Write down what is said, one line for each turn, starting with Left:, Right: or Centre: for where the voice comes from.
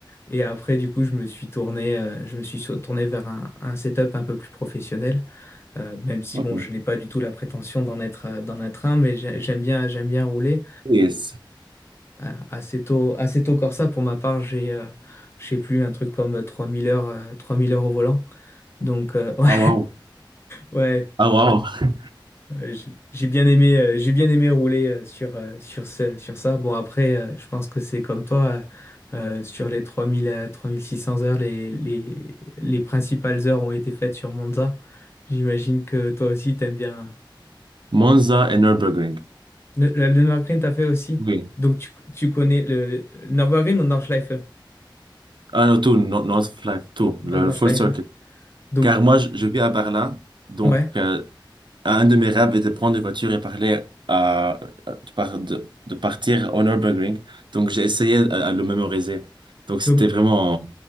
Left: Et après, du coup, je me suis tourné, euh, je me suis sur- tourné vers un, un setup un peu plus professionnel. Euh, même si,
Right: Ok.
Left: bon, je n'ai pas du tout la prétention d'en être, euh, d'en être un, mais j'ai- j'aime bien, j'aime bien rouler.
Right: Yes.
Left: Euh, assez tôt, assez tôt Corsa, pour ma part, j'ai, euh, je sais plus, un truc comme euh, 3000 heures, euh, 3000 heures au volant. Donc, euh, <laughs> ouais,
Right: Ah, wow.
Left: ouais,
Right: Ah, wow.
Left: ouais, j'ai j'ai bien aimé, euh, j'ai bien aimé rouler euh, sur, euh, sur, ce- sur ça. Bon, après, euh, je pense que c'est comme toi, euh, euh, sur les 3000 à 3600 heures, les, les, les principales heures ont été faites sur Monza. J'imagine que toi aussi, t'aimes bien.
Right: Monza et Nürburgring.
Left: Le, le, le Nürburgring, t'as fait aussi.
Right: Oui.
Left: Donc, tu, tu connais le le Nürburgring ou Nordschleife?
Right: Ah, non, tout, no- North Flag, tout.
Left: Nord-
Right: Le,
Left: Nordschleife.
Right: le full circuit.
Left: Donc,
Right: Car moi, je, je vis à Berlin, donc
Left: ouais.
Right: euh, un de mes rêves est de prendre une voiture et parler à, à- de, par- de- de partir au Nürburgring. Donc j'ai essayé à, à le mémoriser. Donc c'était
Left: Donc,
Right: vraiment...